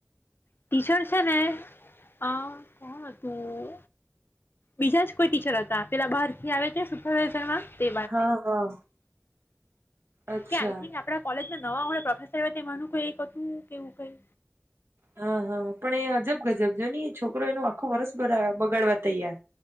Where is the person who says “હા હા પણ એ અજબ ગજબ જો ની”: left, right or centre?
Right